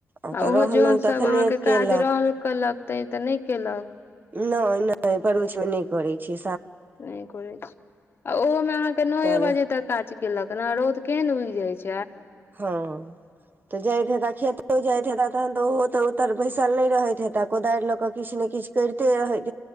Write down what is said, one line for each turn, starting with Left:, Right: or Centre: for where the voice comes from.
Right: ओतऽ
Left: आ ओहो
Right: रहलहुँ
Left: जौन सभ
Right: तखने
Left: अहाँके
Right: केलक
Left: काज रहल कलक। ते तऽ नहि केलक।
Right: नहि नहि पोच मे नहि करै छी।
Left: नहि करैत छी आ ओहोमे अहाँके नए
Right: तल
Left: बजे तक काज। केलक रौद केहन उगि जाइ छै।
Right: हँ तऽ जाइथ त खेत जाइ त तन तऽ ओ। तऽ ओतर बैसल नहि रहैत हे तब। कोदारि लऽ कऽ किछु ने किछु। करिते हइ।